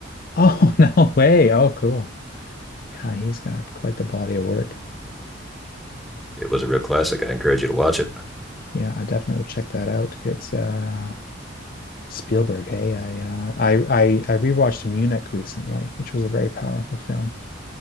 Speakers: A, on the left; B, in the centre.
A: Oh, <laughs> no way. Oh, cool. Yeah, he's got quite the body of work.
B: It was a real classic. I encourage you to watch it.
A: Yeah, I definitely will check that out. It's uh Spielberg. Hey, I uh I I I rewatched Munich recently, which was a very powerful film.